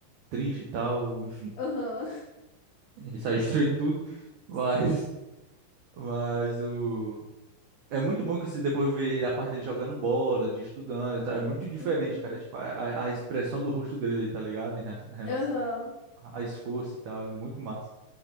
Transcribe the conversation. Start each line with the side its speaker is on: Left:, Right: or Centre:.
Right: triste e tal, enfim.
Left: Aham,
Right: Ele sai <laughs> destruindo tudo, mas...
Left: <laughs> sim.
Right: Mas o... É muito bom que você depois vê a parte dele jogando bola, de estudando e tal. É muito diferente,
Left: Hum,
Right: cara. Tipo, a, a a expressão do rosto dele, tá ligado? Em relação
Left: aham.
Right: a esforço e tal, é muito massa.